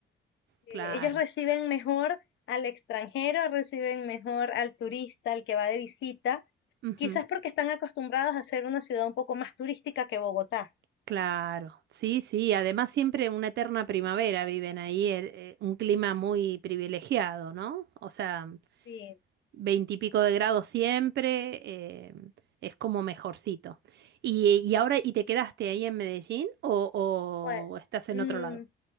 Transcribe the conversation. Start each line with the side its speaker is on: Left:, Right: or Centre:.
Left: Eh,
Right: claro.
Left: ellos reciben mejor al extranjero, reciben mejor al turista, al que va de visita.
Right: Ujú,
Left: Quizás porque están acostumbrados a ser una ciudad un poco más turística que Bogotá.
Right: Claro, sí, sí. Además siempre una eterna primavera viven ahí, el- eh, un clima muy privilegiado, ¿no? O sea,
Left: Sí,
Right: veintipico de grados siempre, eh, es como mejorcito. Y, y ahora, ¿y te quedaste ahí en Medellín o,
Left: Pues,
Right: o estás en
Left: mm,
Right: otro lado?